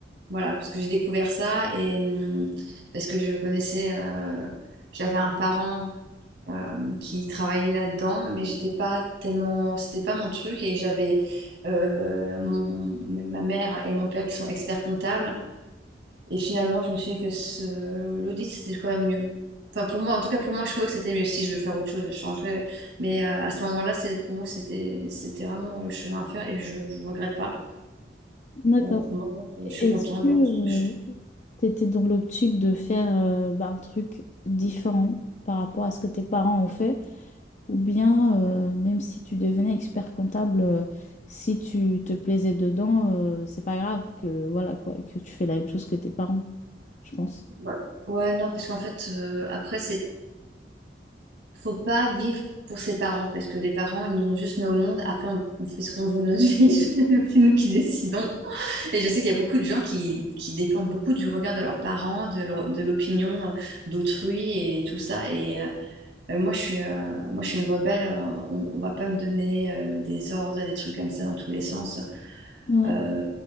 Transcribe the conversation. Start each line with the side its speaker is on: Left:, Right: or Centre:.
Right: voilà, parce que j'ai découvert ça et mm, parce que je connaissais, euh, j'avais un parent euh, qui travaillait là-dedans, mais j'étais pas tellement, c'était pas mon truc et j'avais euh, mon, ma mère et mon père qui sont experts comptables. Et finalement, je me suis dit que ce... l'audit, c'était quand même mieux. Enfin, pour moi, en tout cas, pour moi, je trouvais que c'était mieux. Si je veux faire autre chose, je changerai. Mais euh, à ce moment-là, c'est pour moi, c'était c'était vraiment le chemin à faire et je ne regrette pas.
Left: D'accord.
Right: Euh, pour le moment,
Left: Est-ce
Right: je suis contente
Left: que
Right: dans
Left: euh,
Right: ce que je fais.
Left: tu étais dans l'optique de faire euh, bah, un truc différent par rapport à ce que tes parents ont fait? Ou bien, euh, même si tu devenais expert comptable, euh, si tu te plaisais dedans, euh, c'est pas grave que, voilà, quoi, que tu fais la même chose que tes parents, je pense.
Right: Ouais, Ouais, non, parce qu'en fait, euh, après, c'est faut pas vivre pour ses parents, parce que les parents, ils nous ont juste mis au monde. Après, on, on fait ce qu'on veut de notre vie. <laughs> C'est nous qui décidons. Et je sais qu'il y a beaucoup de gens qui, qui dépendent beaucoup du regard de leurs parents, de, leur- de l'opinion euh, d'autrui et tout ça. Et euh, moi, je suis, euh, moi, je suis une rebelle. euh, On, on va pas me donner euh, des ordres, des trucs comme ça dans tous les sens.
Left: Ouais.
Right: Euh,